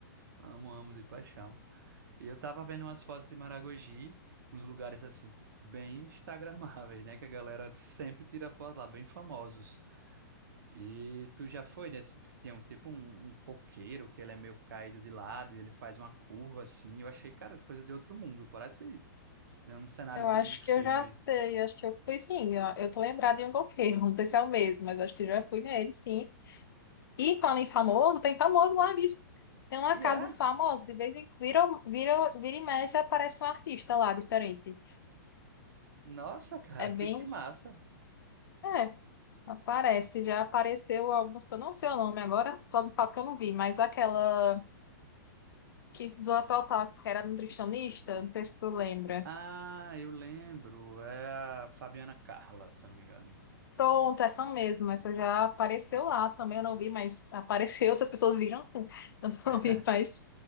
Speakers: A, on the right; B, on the left.
A: Amo, amo de paixão. E eu tava vendo umas fotos de Maragogi, uns lugares assim, bem instagramáveis, né? Que a galera sempre tira foto lá, bem famosos. E tu já foi nesse que tem um tipo um, um coqueiro que ele é meio caído de lado e ele faz uma curva assim. Eu achei, cara, coisa de outro mundo. Parece um cenário
B: Eu
A: assim,
B: acho
A: de filme.
B: que eu já sei, acho que eu fui sim, eu, eu tô lembrada em um coqueiro, não sei se é o mesmo, mas acho que já fui nele, sim. E quando em famoso, tem famoso lá, bicho. Tem uma
A: E
B: casa
A: é,
B: dos famosos, de vez em quando, vira, vira, vira e mexe, aparece um artista lá, diferente.
A: nossa, cara,
B: É
A: que,
B: bem,
A: que massa.
B: é, aparece, já apareceu alguns que eu não sei o nome agora, só do palco que eu não vi, mas aquela que zoa total, que era nutricionista, não sei se tu lembra.
A: Ah, eu lembro. É a Fabiana Carla, se eu não me engano.
B: Pronto, essa mesmo, essa já apareceu lá também, eu não vi, mas apareceu, <laughs> outras pessoas viram, <laughs> eu
A: <laughs>
B: não vi, mas